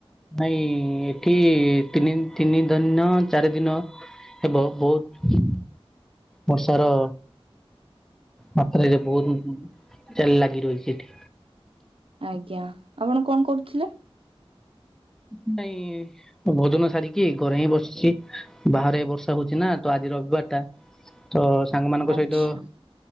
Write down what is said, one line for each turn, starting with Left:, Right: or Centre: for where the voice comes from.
Centre: ନାଇଁ ଏଠି ତିନି ତିନି ଦନୟ ଚାରି ଦିନ ଏ ବହୁତ ବହୁତ ବର୍ଷାର ମାତ୍ରାରେ ବହୁତ ଜାଲି ଲାଗି ରହିଛି ଏଠି।
Right: ଆଜ୍ଞା ଆପଣ କଣ କରୁଥିଲେ?
Centre: ନାଇଁ ତ ଭୋଜନ ସାରିକି ଘରେ ହିଁ ବସିଛି ବାହାରେ ବର୍ଷା ହୋଉଛି ନା ତ ଆଜିର ଦ୍ଵାର୍ ଟା ତ ସାଙ୍ଗମାନଙ୍କ
Right: ଆଚ୍ଛା
Centre: ସହିତ